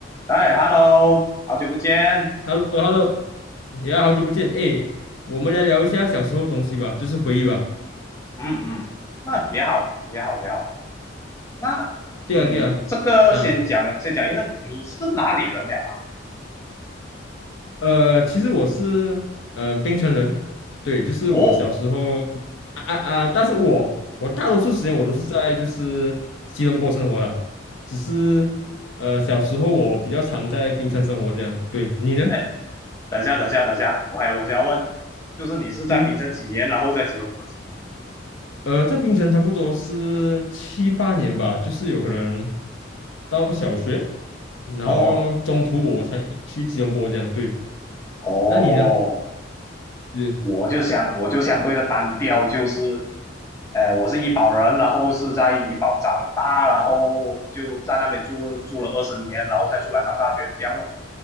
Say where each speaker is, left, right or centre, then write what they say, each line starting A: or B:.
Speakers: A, on the left; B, on the left.
A: 哎，Hello，好久不见。
B: Hello，Hello，呀，好久不见，哎，我们来聊一下小时候的东西吧，就是回忆吧。
A: 嗯嗯，那也好，也好，也好。那嗯，
B: 对啊，对啊，
A: 这个先讲，
B: 嗯，
A: 先讲一声，你是哪里人了啊？
B: 呃，其实我是嗯、冰城人，对，就是我小时候
A: 哦，
B: 啊啊啊，但是我我大多数时间我都是在就是吉隆坡生活的，只是呃小时候我比较常在冰城生活这样。对，你呢？
A: 哎，等一下，等一下，等一下，我还有东西要问，就是你是在槟城几年，
B: 对，
A: 然后在吉隆坡几年的？
B: 呃，在槟城差不多是七八年吧，就是有可能到小学，然后中途我才去吉隆坡这样。
A: 哦
B: 对，
A: 哦，
B: 那你呢？是，
A: 我就相我就相对的单调，就是呃，我是怡保人，然后是在怡保长大，然后就在那边住住了二十年，然后才出来上大学，这样咯。